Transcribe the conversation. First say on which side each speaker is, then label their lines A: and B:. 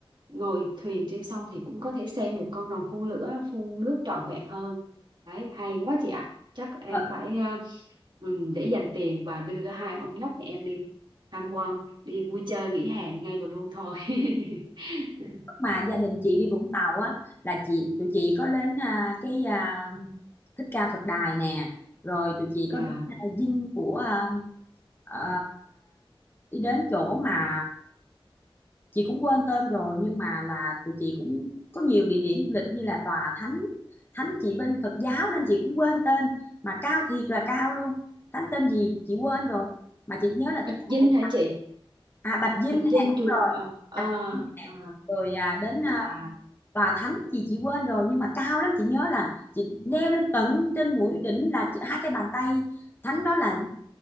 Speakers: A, on the right; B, on the left.
A: ngồi thuyền trên sông thì cũng có thể xem được con rồng phun lửa phun nước trọn vẹn hơn đấy hay quá chị ạ chắc em
B: Ờ,
A: phải ờ, ừ, để dành tiền và đưa hai ông nhóc nhà em đi tham quan đi vui chơi nghỉ hè ngay và luôn thôi <laughs>
B: lúc mà gia đình chị đi Vũng Tàu á là chị tụi chị có đến à, cái à, Thích Ca Phật Đài nè rồi tụi chị
A: dạ
B: có đến à, dinh của à, Ờ, đi đến chỗ mà chị cũng quên tên rồi nhưng mà là tụi chị cũng có nhiều địa điểm du lịch như là tòa thánh thánh chị bên Phật giáo nên chị cũng quên tên mà cao thiệt là cao luôn thánh tên gì chị quên rồi mà chị nhớ là
A: Bạch
B: thích
A: Dinh
B: cao Phật
A: hả chị
B: à Bạch Dinh
A: Bạch
B: nè
A: Dinh
B: đúng
A: trường
B: rồi
A: ờ ờ
B: Bạch Dinh nè
A: ờ
B: rồi à, đến
A: dạ
B: à, tòa thánh gì chị quên rồi nhưng mà cao lắm chị nhớ là chị leo lên tận trên mũi đỉnh là chị- hai cái bàn tay thánh đó là